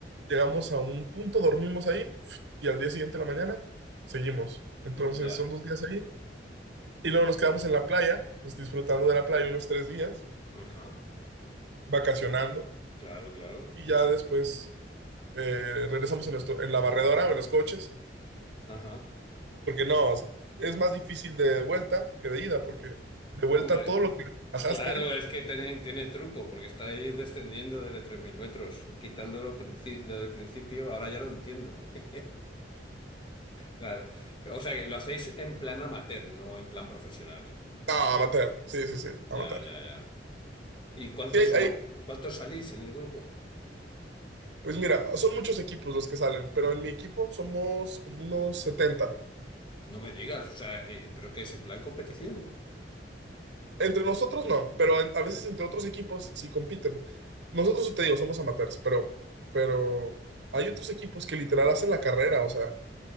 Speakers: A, on the right (about 80°); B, on the left (about 30°).
A: llegamos a un punto, dormimos ahí y al día siguiente de la mañana seguimos. Entonces
B: Ya.
A: son dos días ahí y luego nos quedamos en la playa, pues disfrutando de la playa unos tres días,
B: Ajá,
A: vacacionando
B: claro, claro.
A: y ya después eh, regresamos en, nuestro, en la barredora o en los coches,
B: Ajá.
A: porque no, es más difícil de vuelta que de ida, porque de vuelta
B: Hombre,
A: todo lo que bajaste,
B: claro, es que tiene, tiene truco, porque estáis descendiendo desde 3.000 metros, quitándolo princi- desde el principio, ahora ya lo entiendo. <laughs> Claro. O sea, que lo hacéis en plan amateur, no en plan profesional.
A: no, a matar, sí, sí, sí, a
B: Ya,
A: matar.
B: ya, ya. ¿Y cuántos,
A: Sí,
B: sol-
A: hay, hay-
B: cuántos salís en el grupo?
A: pues mira, son muchos equipos los que salen, pero en mi equipo somos como unos setenta
B: No me digas, o sea, eh, ¿pero qué es en plan competición?
A: Entre nosotros no, pero en- a veces entre otros equipos sí compiten. Nosotros, sí te digo, somos amateurs, pero, pero hay otros equipos que literal hacen la carrera, o sea,